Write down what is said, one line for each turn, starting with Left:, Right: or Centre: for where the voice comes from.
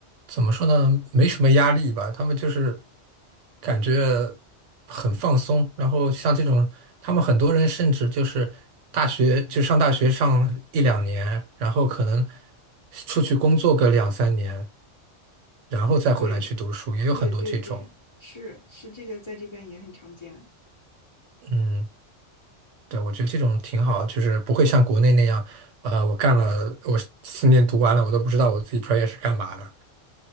Right: 怎么说呢，没什么压力吧，他们就是感觉很放松。然后像这种，他们很多人甚至就是大学就上大学上一两年，然后可能出去工作个两三年，然后再回来去读书，
Left: 对
Right: 也有很多这种。
Left: 对对对，是是这个在这边也很常见。
Right: 嗯。对，我觉得这种挺好，就是不会像国内那样，呃，我干了，我四年读完了，我都不知道我自己专业是干嘛的。